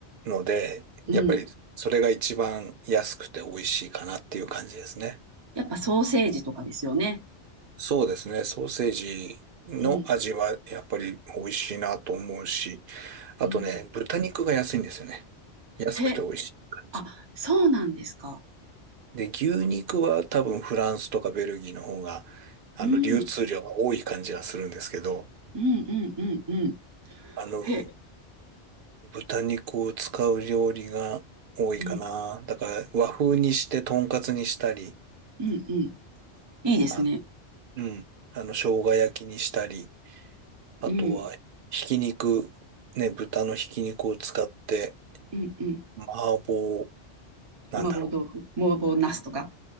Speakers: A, on the right; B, on the right.
A: ので、やっぱりそれが一番安くて美味しいかなっていう感じですね。
B: うん。やっぱソーセージとかですよね。
A: そうですね、ソーセージの味はやっぱり美味しいなと思うし、
B: うん、
A: あとね、
B: うん。
A: 豚肉が安いんですよね。安くて美味しい感じ。
B: へ、あ、そうなんですか。
A: で、牛肉は多分フランスとかベルギーの方が、あの、
B: うん、
A: 流通量が多い感じがするんですけど、
B: うん、うん、うん、うん。
A: あの、
B: へ、
A: 豚肉を使う料理が多いかな。
B: うん、
A: だから和風にしてとんかつにしたり、
B: うん、うん。いいですね。
A: あの、うん、あの、生姜焼きにしたり、あとはひき肉、
B: うん、
A: ね、豚のひき肉を使って、
B: うん、うん。
A: 麻婆、なんだろ
B: 麻婆豆腐、麻婆茄子とか。